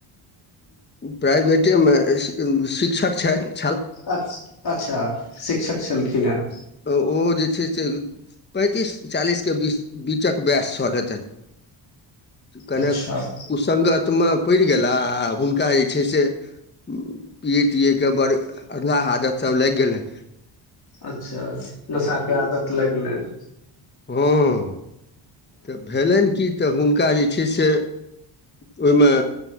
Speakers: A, on the left; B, on the left.
A: प्राइभेटेमे शिक्षक छथ।
B: अ अच्छा शिक्षक छलखिन हेँ।
A: तऽ ओ जे छै से। पैंतीस चालीस के बीच बीचक वैस छल हेतैन। कनेक
B: अच्छा
A: कुसंगत मे पड़ि गेला आ हु। हुनका जे छै से पियए तियए के बड़ अधला हादत सब लागि गेलैन।
B: अच्छा नशा के आदत लाइग गेलैन।
A: हँ तऽ भेलैन कि तऽ हुनका जे छै से ओहिमे।